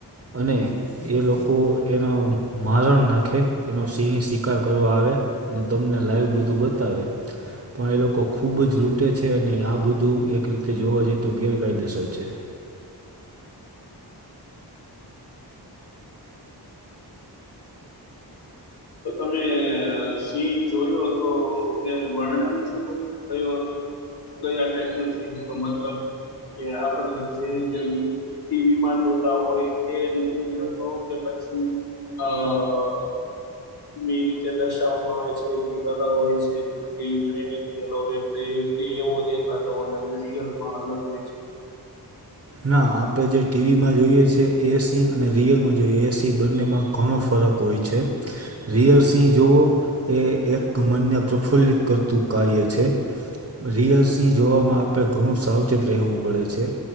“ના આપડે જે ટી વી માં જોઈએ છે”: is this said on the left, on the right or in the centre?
Right